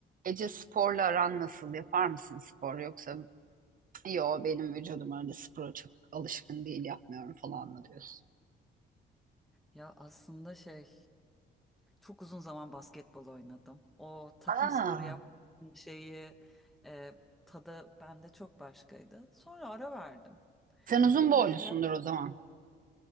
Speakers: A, on the right; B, in the centre.
A: Ece sporla aran nasıl? Yapar mısın spor yoksa yo benim vücudum öyle spora çok alışkın değil yapmıyorum falan mı diyorsun?
B: Ya aslında şey çok uzun zaman basketbol oynadım. O takım
A: Aa,
B: sporu yapmanın şeyi e, tadı bende çok başkaydı. Sonra ara verdim.
A: sen uzun
B: E,
A: boylusundur
B: yap-
A: o zaman.